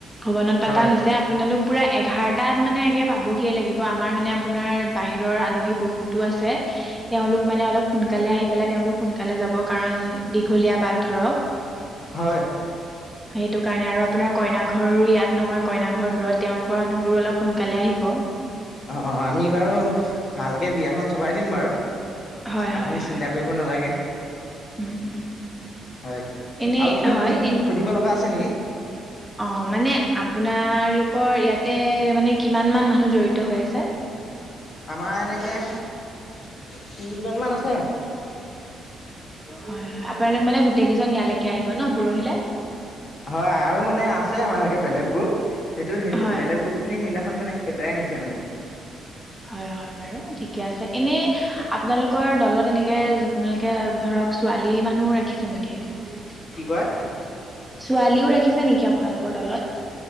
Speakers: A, in the centre; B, on the left.
A: ভৱনত
B: হয়
A: পতা হৈছে আপোনালোক পুৰা এঘাৰটাত মানে আগে পাবহিয়ে লাগিব আমাৰ মানে আপোনাৰ বাহিৰৰ আলহী বহুতো আছে। তেওঁলোক মানে অলপ সোনকালে আহি পেলাই তেওঁলোক সোনকালে যাব কাৰণ দীঘলীয়া বাট ধৰক।
B: হয়।
A: সেইটো কাৰণে আৰু আপোনাৰ কইনা ঘৰৰো ইয়াত নহয় কইনা ঘৰ দূৰত। তেওঁলোকৰ মানুহবোৰো অলপ সোনকালে আহিব।
B: অ আমি বাৰু ভালকে বিয়াখন চলাই দিম বাৰু
A: হয় হয়
B: আপুনি
A: হয়
B: চিন্তা কৰি ব নালাগে।
A: উম উম
B: হয়,
A: এনেই
B: আৰু কিবা
A: হয়
B: সুধি
A: এ
B: সুধিব লগা আছে নেকি?
A: অ মানে আপোনালোকৰ ইয়াতে মানে কিমান মান মানুহ জড়িত হৈ আছে?
B: আমাৰ এনেকে ত্ৰিশ জন মান আছে।
A: হয় হয়, আপোনালোক মানে গোটেই কেইজন ইয়ালৈকে আহিব ন পৰহিলে?
B: হয় আৰু মানে আছে আমাৰ এনেকে বেলেগ গ্ৰুপ সেইটো
A: হয়
B: বেলেগ গ্ৰুপ খিনি সেইদিনাখন মানে কেটেৰাং আছে মানে।
A: হয় হয় বাৰু ঠিকে আছে। এনে আপোনালোকৰ দলত এনেকে আপোনালোকে ধৰক ছোৱালী মানুহও ৰাখিছে নেকি? ছোৱালীও
B: কি কয়
A: ৰাখিছে নেকি আপোনালোকৰ দলত?